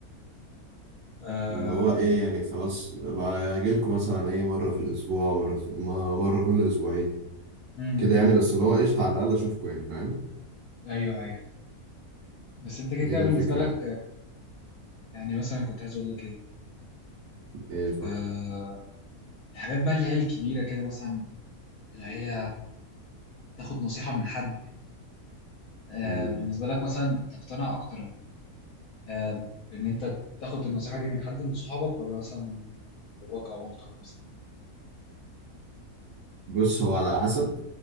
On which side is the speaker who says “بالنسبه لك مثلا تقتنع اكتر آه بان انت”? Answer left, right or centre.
Left